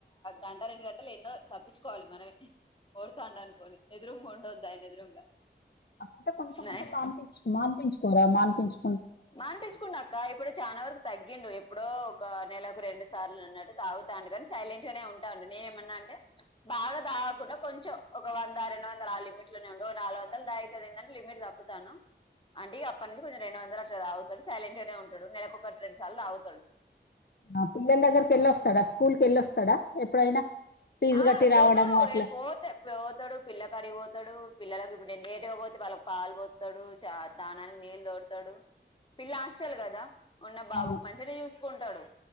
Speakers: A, on the left; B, on the left.
A: గంట రెండు గంటలు ఎన్నో తప్పించుకోవాలి మనమే ఓరుతాండనుకోని ఇదరం ఉండదు ఆయన ఎదురుంగా
B: అక్కంటే కొంచెం
A: నాయన
B: కొంచం మాపించ మానిపించుకోరా మానిపించు
A: మానిపించుకునాక్ ఇంకా ఇప్పుడు చాలా వరకు తగ్గిండు ఎప్పుడో ఒక నెలకు రెండు సార్లు అన్నట్టు తాగుతాండు కానీ సైలెంట్ గానే ఉంటాడు నేను ఏమన్నా అంటే బాగా తాగకుండాంచెం ఒక వంద ఆ రెండు బాగా తాగకుండా కొంచెం ఒక వంద రెండు వందల ఆ లిమిట్ లోనే ఉండడు నాలుగు వందలు దాగితే అదేంటిదంటే లిమిట్ లిమిట్ దప్ తాను అంటిగ అప్పటి నుంచి కొంచెం రెండు వందల అట్ ఇంత తాగుతడు సైలెట్ గానే ఉంటాడు నెలక ఒకటి రెండు సార్లు తవుతాడు
B: ఆ పిల్ల దగ్రికి వెళ్ళి వస్తాడా స్కూల్ కి వెళస్తాడా ఎప్పుడైనా ఫీజు
A: ఆ
B: కట్టి
A: పోతాడు
B: రావడము అట్లా
A: ఏ పోతే పోతాడు పిల్ల కాడికిపోతాడు పిల్లలకు ఇప్పుడు లేేటుగా పోతే వాళ్ళకి పాలు పోతాడు చా స్నాననికి నీళ్ళు దోడతాడు పిల్ల హాస్టల్ కదా ఉన్న బాబుకు
B: అవును
A: మంచినే చూసుకుంటాడు